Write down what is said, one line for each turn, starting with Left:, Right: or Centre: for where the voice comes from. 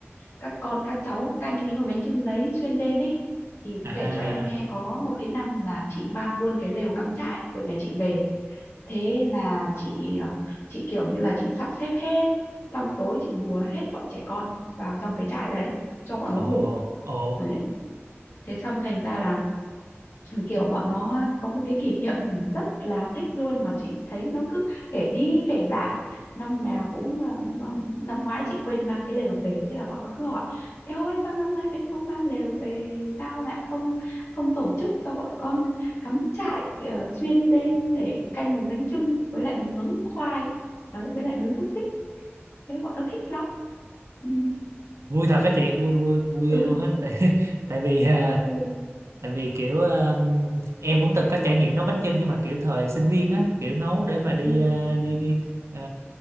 Left: các con các cháu canh cái nồi bánh chưng đấy xuyên đêm ấy thì
Right: à
Left: kể cho em nghe có một cái năm là chị mang luôn cái lều cắm trại của nhà chị về thế là chị ờ, chị kiểu như là chị sắp xếp hết xong tối chị lùa hết bọn trẻ con vào trong cái trại đấy cho bọn nó
Right: Ồ,
Left: ngủ
Right: ồ,
Left: đấy thế xong thành ra là kiểu bọn nó có một cái kỷ niệm rất là thích luôn mà chị thấy nó cứ kể đi kể lại năm nào cũng à, mà- năm ngoái chị quên mang cái lều về thế là bọn nó cứ hỏi eo ơi sao năm nay mẹ không mang lều về sao lại không không tổ chức cho bọn con cắm trại ờ, xuyên đêm để canh nồi bánh chưng với lại nướng khoai đấy với lại nướng xúc xích thế bọn nó thích lắm ừ,
Right: vui thật á chị, vui vui vui ghê
Left: ừ
Right: luôn á. Tại, <laughs> tại vì à,
Left: rất là vui
Right: tại vì kiểu à, em cũng từng có trải nghiệm nấu bánh chưng nhưng mà kiểu thời sinh viên á, kiểu nấu để mà đi
Left: ừ,
Right: à, đi đi à,